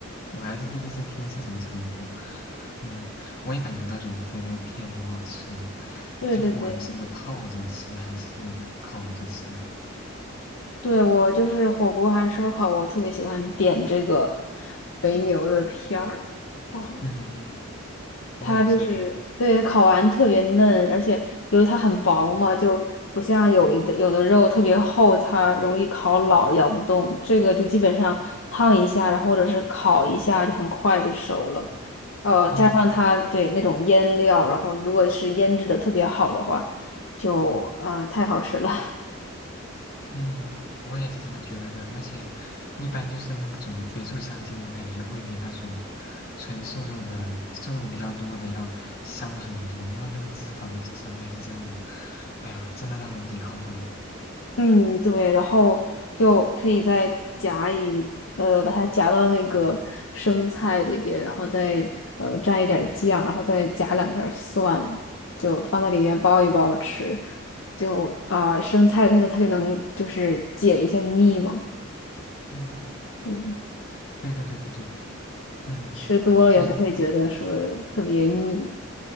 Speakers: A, on the left (about 50°); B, on the left (about 65°).
A: 我还是第一次听这种称呼。嗯，我也感觉那种肥牛片挺好吃的，
B: 对对对，
A: 就不管是泡着吃还是烤着吃。
B: 对我就是火锅还是烧烤，我特别喜欢点这个
A: 嗯
B: 肥牛的片儿。哦
A: 嗯，嗯嗯嗯我也是，
B: 它就是对烤完特别嫩，
A: 我也是。
B: 而且由于它很薄嘛，就不像有一的有的肉特别厚，它容易烤老，咬不动。这个就基本上烫一下，然后或者是烤一下，就很快就熟了。呃，加上它对那种腌料，
A: 嗯嗯
B: 然后如果是腌制的特别好的话，就呃太好吃了。
A: 嗯，我也是这么觉得的，而且一般就是那种肥瘦相间的感觉会比那种纯瘦肉的瘦肉比较多的要香很多，因为那个脂肪的香味是真的，哎呀，真的让人抵抗不了。
B: 嗯，对，然后就可以再夹一，呃，把它夹到那个生菜里边，然后再呃蘸一点儿酱，然后再夹两片儿蒜，就放在里面包一包吃，就啊、生菜它它就能就是解一下腻嘛，
A: 嗯，
B: 就
A: 对对对对对，嗯，
B: 吃多了也不会觉得说特别腻。
A: 就是用。嗯